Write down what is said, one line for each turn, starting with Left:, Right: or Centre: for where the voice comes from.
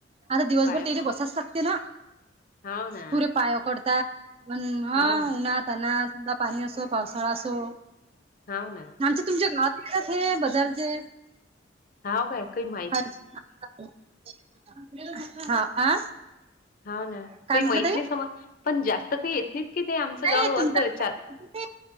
Right: आता दिवसभर
Left: पाय
Right: तेले बसाच लागते ना.
Left: हाव ना
Right: पुरे पाया पडतात, पण हा
Left: हाव ना
Right: उन्हातान्हात णा पाणी असो पावसाळा असो,
Left: हाव ना
Right: आमचे तुमच्या गावातच हे बदलते.
Left: हाव काय कही मा
Right: <unintelligible> हा आ.
Left: हाव ना
Right: काय
Left: काही
Right: म्हटलं
Left: माहीत
Right: ताई
Left: नाही, समज पण जास्त काही येत नाहीत की ते, आमचं
Right: नाही
Left: गाव
Right: तुमच्या
Left: असं चा